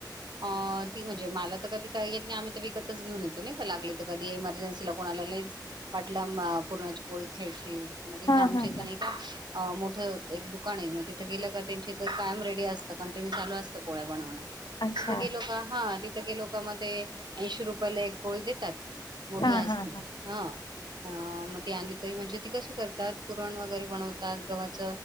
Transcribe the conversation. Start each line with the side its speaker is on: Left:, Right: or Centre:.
Right: अ, ती म्हणजे मला तर कधी काही येत नाही आम्ही तर विकतच घेऊन येतो ना का लागले तर कधी एमर्जन्सीला कोणाला लच वाटलं पुरणाची पोळी ख्यायची हाय. मग ईथ
Left: हा
Right: आमच्या
Left: हा हा
Right: नाय का अ मोठ एक दुकान आहे मग तिथं गेलं का त्यांची इथ कायम रेडी असत कंटिन्यू चालू असतं पोळ्या बनवं. तिथं
Left: अच्छा
Right: गेलो का हा तिथं गेलो. <unintelligible> ऐंशी रुपयाला एक पोळी देतात. मोठी
Left: हा
Right: असती.
Left: हा हा
Right: ह म ते आणली तय म्हणजे ती कशी करतात पुरण वगैरे बनवतात. गव्हाच